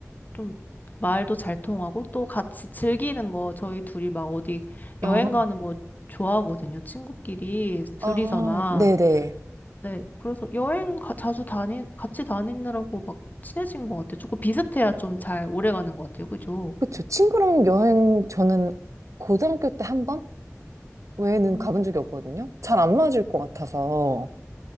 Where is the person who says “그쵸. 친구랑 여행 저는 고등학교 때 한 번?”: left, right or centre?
Right